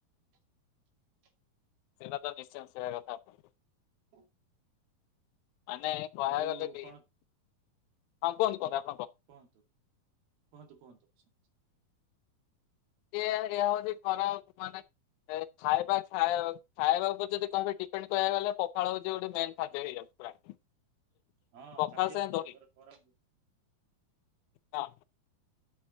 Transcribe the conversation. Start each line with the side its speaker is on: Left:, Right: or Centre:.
Right: <inaudible>
Left: ସେଇଟା ତ ନିଶ୍ଚୟ ସେଇବା କଥା।
Right: ହଁ।
Left: ମାନେ କହିବାକୁ
Right: ଆଉ
Left: ଗଲେ ବି
Right: କଣ
Left: ହଁ କୁହନ୍ତୁ
Right: ହୁ
Left: କୁହନ୍ତୁ ଆପଣ
Right: କୁହନ୍ତୁ କୁହନ୍ତୁ କୁହନ୍ତୁୁ। <inaudible>
Left: ଏ ଏହା ହଉଚି ଖରାପ ମାନେ ଖାଇବା ଖାଇବା ଉପରେ ଯଦି କହିବେ ଡିପେଣ୍ଡ କକୁ ଗଲେ ପଖାଳ ହଉଛି ଗୋଟେ ମେନ୍ ଖାଦ୍ୟ ହେଇଯାଉ ପୁରା
Right: ହଁ
Left: ପଖାଳ
Right: ଖାଦ୍ୟ
Left: ସାଙ୍ଗେ
Right: ଉପରେ
Left: ଦହି
Right: ଘ କର
Left: ହଁ